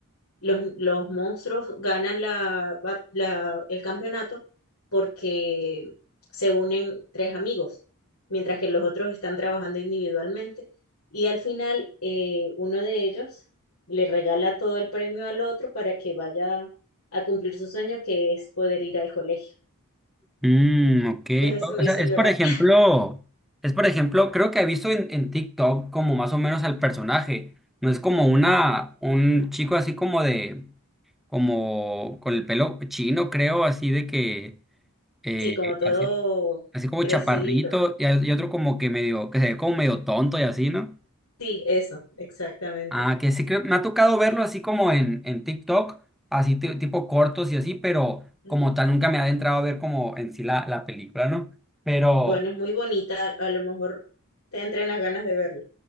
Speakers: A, on the left (about 85°); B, in the centre.
A: los, los monstruos ganan la, ba- la- el campeonato porque se unen tres amigos, mientras que los otros están trabajando individualmente y al final eh, uno de ellos le regala todo el premio al otro para que vaya a cumplir su sueño que es poder ir al colegio.
B: Mm, ok.
A: Entonces
B: O
A: eso me
B: o
A: hizo
B: sea, es
A: llorar.
B: por ejemplo, es por ejemplo, creo que he visto en, en TikTok como más o menos al personaje. No es como una, un chico así como de, como con el pelo chino, creo, así de que, eh,
A: Sí, como todo
B: así, así como
A: crecidito.
B: chaparrito, y, hay- y otro como que medio, que se ve como medio tonto y así, ¿no?
A: Sí, eso, exactamente.
B: Ah, que sí que me ha tocado verlo así como en, en TikTok, así ti- tipo cortos y así, pero
A: Ujú.
B: como tal nunca me ha adentrado a ver como en sí la, la película, ¿no? Pero.
A: Bueno, es muy bonita, a lo mejor te entran las ganas de verla.